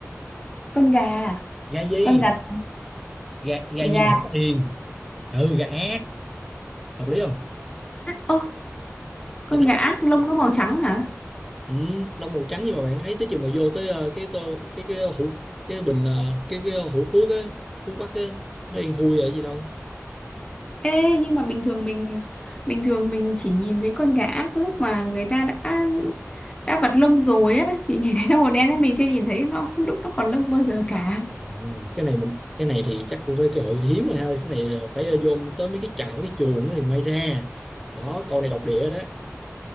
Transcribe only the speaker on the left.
con gà, à?
con gà,
gà,
gà
ác. Ô, con
gà
ác lông nó màu trắng hả?
Ê, nhưng mà bình thường mình bình thường mình chỉ nhìn thấy con gà ác lúc mà người ta đã đã vặt lông rồi á thì nhìn thấy nó màu đen á mình chưa nhìn thấy nó lúc nó còn lông bao giờ cả